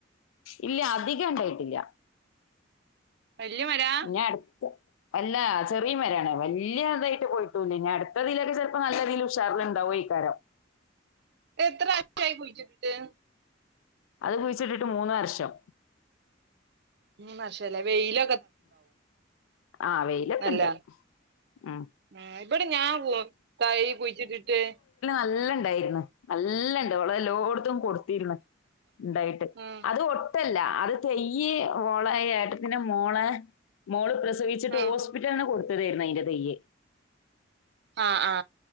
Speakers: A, on the left; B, on the right.
A: ഇല്ല, അധികം ഉണ്ടായിട്ടില്ല.
B: വല്യ മരാ
A: ഞാൻ അടുത്ത അല്ല ചെറിയ മരയാണ് വല്യ അതായിട്ട് പോയിട്ടൊയൊന്നുല്ല ഇനി അടുത്തതിലൊക്കെ ചെലപ്പോ നല്ല രീതിയിൽ ഉഷാറിലുണ്ടാവോ. <unintelligible>
B: എത്ര ആഴ്ച ആയി കുഴിച്ചിട്ടിട്ട്?
A: അത് കുഴിച്ചിട്ടിട്ട് മൂന്ന് വർഷം.
B: <unintelligible> മാഷല്ല വെയില
A: ആ വെയിലൊക്കെ
B: നല്ല
A: ഇണ്ട് ആ
B: ഉം ഇവിടെ ഞാൻ ഒള്ളു തൈ കുഴിച്ചിട്ടിട്ട്
A: നല്ലണ്ടായിരുന്നു നല്ലണ്ട് ഓൾ എ എല്ലോടത്തും കൊടുത്തിരുന്നു ഉണ്ടായിട്ട്
B: ഉം
A: അത് ഒട്ടല്ല അത് തൈ ഈ ഓളെ ഏട്ടത്തിന്റെ മോളെ മോള് പ്ര സവിച്ചിട്ട്
B: ഉം
A: ഹോസ്പിലിന്ന് കൊടു ത്തതെയ്രുന്നു അയിന്റെ തയ്യ്
B: ആ ആ